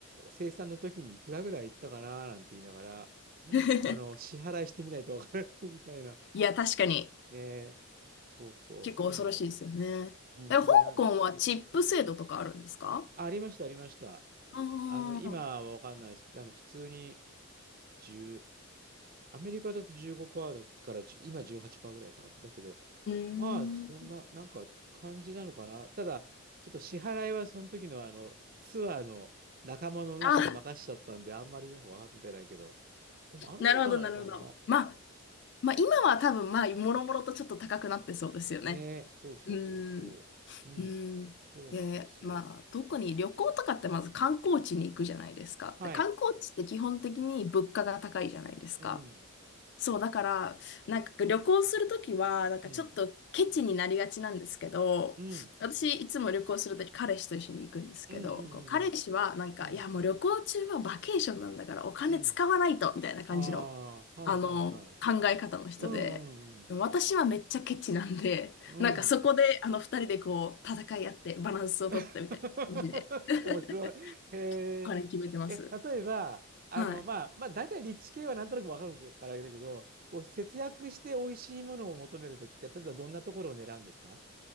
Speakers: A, on the right (about 40°); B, on the left (about 50°).
A: 生産の時にいくらぐらいいったかななんて言いながら、
B: <laughs>
A: あの、支払いしてみないとわからないみたいな。
B: いや、確かに、
A: ねえ。そうそう。
B: 結構恐ろしいですよね。
A: でも、うん。
B: え、香港はチップ制度とかあるんですか
A: で、なん、ありました、ありました。
B: ああ
A: あの、今はわかんないですけど、あの、普通に10、アメリカだと15%だから10、じゅう今18%ぐらいかな。だけど、
B: ー、うーん。
A: まあ、そんな、なんか感じなのかな。ただ、ちょっと支払いはその時のあの、ツアーの仲間の主に任しちゃったんで、
B: あ、
A: あんまりよくわかってないけど、でもあるんじゃないかな。
B: なるほど、なるほど。まあ、まあ、今は多分、まあ、もろもろとちょっと高くなってそうですよね。
A: ねえ、そうそうそうそう。
B: うーん。
A: うん、
B: うん。
A: そうなんですよ。
B: で、まあ、特に旅行とかってまず観光地に行くじゃないですか。
A: はい。
B: で、観光地って基本的に物価が高いじゃないですか。
A: うん、
B: そう、だから、なんか旅行するときは、なんかちょっとケチになりがちなんですけど、
A: うん、うん。
B: 私いつも旅行するとき彼氏と一緒に行くんですけど、
A: うんうん
B: こう彼氏はなんか、
A: うんうん。
B: いやもう旅行中はバケーションなんだからお金使わないと、
A: うん。うん
B: みたいな感じの、
A: ああ、はいはいはい。
B: あの、考え方の人で、
A: うんうん
B: でも私はめっちゃケチなんで、
A: うん。
B: なんかそこであの二人でこう戦い合ってバランスを取ってみたいな感じで、
A: うん。<laughs>
B: <laughs>
A: 面白い。へ
B: お金決めてます。
A: え。え、例えば、あの、
B: はい。
A: まあ、まあ、大体立地系はなんとなくわかるからあれだけど、こう、節約して美味しいものを求めるときって、例えばどんなところを狙うんですか